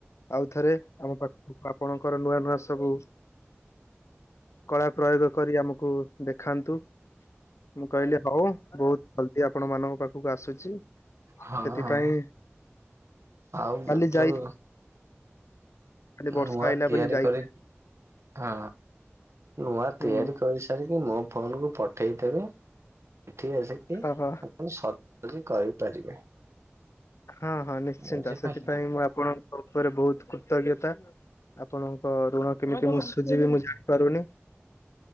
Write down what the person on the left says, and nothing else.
ଆଉଥରେ ଆମ ପାଖକୁ କୁ ଆପଣଙ୍କର ନୂଆ ନୂଆ ସବୁ କଳା ପ୍ରୟୋଗ କରି ଆମକୁ ଦେଖାନ୍ତୁ। ମୁଁ କହିଲି ହଉ ବହୁତ ଜଲଦି ଆପଣ ମାନଙ୍କ ପାଖକୁ ଆସୁଛି।
ସେଥିପାଇଁ
କାଲି ଯାଇ
ବର୍ଷା
ଆଇଲା
ବୋଲି ଯାଇ
ହୁଁ
ହଁ ହଁ
ହଁ ହଁ ନିଶ୍ଚିନ୍ତ
ସେଥିପାଇଁ ମୁଁ ଆପଣଙ୍କ ଉପରେ ବହୁତ କୁ କୃତଜ୍ଞତା ଆପଣଙ୍କ ଋଣ କେମିତି
ମୁଁ ସୁଝିବି ମୁଁ ଜାଣି ପାରୁନି।